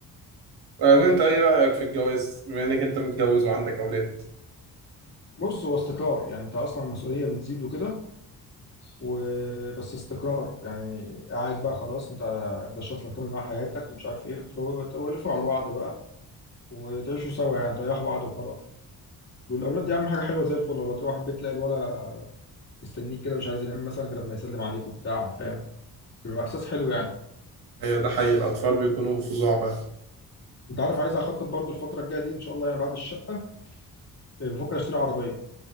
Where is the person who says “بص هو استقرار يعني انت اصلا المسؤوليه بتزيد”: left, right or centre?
Left